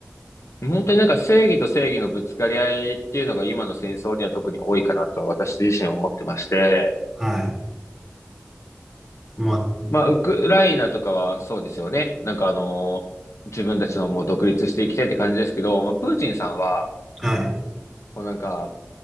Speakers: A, on the left; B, in the centre.
A: 本当になんか正義と正義のぶつかり合いっていうのが今の戦争には特に多いかなと私自身は思ってまして、
B: はい。まあ、
A: まあ、ウクライナとかはそうですよね。なんかあの、自分たちのもう独立していきたいって感じですけど、まあ、プーチンさんは、
B: はい。
A: もうなんか、